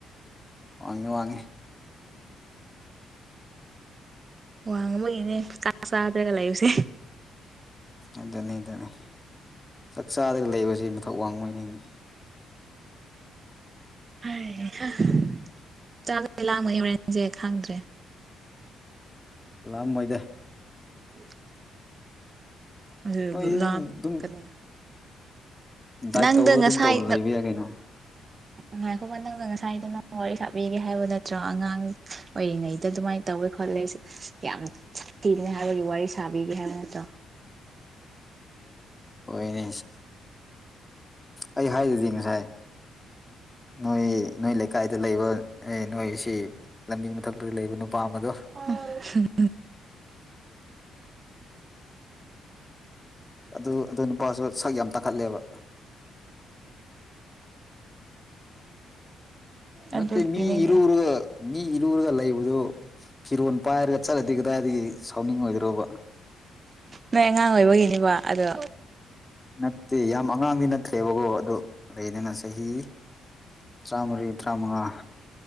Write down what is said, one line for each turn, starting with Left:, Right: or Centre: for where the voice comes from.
Left: ꯋꯥꯉꯤ ꯋꯥꯉꯦ
Right: ꯋꯥꯡ ꯑꯃꯒꯤꯅꯦ ꯆꯥꯛ ꯆꯥꯗ꯭ꯔꯒ ꯂꯩꯁꯦ꯫
Left: ꯑꯗꯨꯅꯤ ꯑꯗꯨꯅꯤ ꯆꯥꯛ ꯆꯥꯗꯒ ꯂꯩꯔꯁ ꯃꯊꯧ ꯋꯥꯡꯕꯉꯩꯅꯤ꯫
Right: ꯍꯩ ꯍꯥ ꯆꯥꯒꯅꯤ ꯂꯥꯝꯃꯗꯤ ꯍꯣꯔꯦꯟꯖꯦ ꯈꯪꯗ꯭ꯔꯦ
Left: ꯂꯥꯝꯃꯣꯏꯗ
Right: <unintelligible> ꯑꯗꯨ
Left: ꯅꯣꯏꯗꯤ ꯑꯗꯨꯝ
Right: ꯂꯥꯝꯒꯅꯤ
Left: ꯗꯨꯝ ꯗꯥꯏꯠ
Right: ꯅꯪꯗꯣ
Left: ꯇꯧꯔꯒ
Right: ꯉꯁꯥꯏ
Left: ꯑꯗꯨꯝ ꯇꯧꯅ ꯂꯩꯕ ꯌꯥꯏ ꯀꯩꯅꯣ
Right: ꯉꯥꯏꯈꯣꯕ ꯅꯪꯒ ꯉꯁꯥꯏꯗꯣ ꯅꯪ ꯋꯥꯔꯤ ꯁꯥꯕꯤꯒꯦ ꯍꯥꯏꯕ ꯅꯠꯇ꯭ꯔꯣ ꯑꯉꯥꯡ ꯑꯣꯏꯔꯤꯉꯩꯗ ꯑꯗꯨꯃꯥꯏꯅ ꯇꯧꯋꯦ ꯈꯣꯠꯂꯦ ꯌꯥꯝ ꯊꯤꯕꯅꯦ ꯍꯥꯏꯕꯒꯤ ꯋꯥꯔꯤ ꯁꯥꯕꯤꯒꯦ ꯍꯥꯏꯅꯠꯇ꯭ꯔꯣ
Left: ꯍꯣꯏꯅꯦ ꯑꯩ ꯍꯥꯏꯗꯨꯗꯤ ꯉꯁꯥꯏ ꯅꯣꯏ ꯅꯣꯏ ꯂꯩꯀꯥꯏꯗ ꯂꯩꯕ ꯅꯣꯏꯁꯤ ꯂꯝꯕꯤ ꯃꯊꯛꯇꯗ ꯂꯩꯕ ꯅꯨꯄꯥ ꯑꯃꯗꯣ
Right: <unintelligible>
Left: ꯑꯗꯨ ꯑꯗꯨ ꯅꯨꯄꯥꯁꯨ ꯁꯛ ꯌꯥꯝ ꯇꯥꯈꯠꯂꯦꯕ꯫ ꯅꯠꯇꯦ
Right: ꯑꯗꯨꯒꯤꯅꯤꯅꯦ
Left: ꯃꯤ <unintelligible> ꯃꯤ ꯏꯔꯨꯔꯒ ꯂꯩꯕꯗꯨ ꯐꯤꯔꯣꯜ ꯄꯥꯏꯔꯒ ꯆꯠꯂꯗꯤ ꯀꯗꯥꯏꯗꯒꯤ ꯁꯥꯎꯅꯤꯡꯉꯣꯏꯗ꯭ꯔꯣꯕ
Right: ꯅꯣꯏ ꯑꯉꯥꯡ ꯑꯣꯏꯕꯒꯤꯅꯤꯀꯣ ꯑꯗꯣ
Left: ꯅꯠꯇꯦ ꯌꯥꯝ ꯑꯉꯥꯡꯗꯤ ꯅꯠꯇ꯭ꯔꯦꯕꯀꯣ ꯑꯗꯨ ꯂꯩꯗꯅ ꯆꯍꯤ ꯇꯔꯥꯃꯔꯤ ꯇꯔꯥꯃꯉꯥ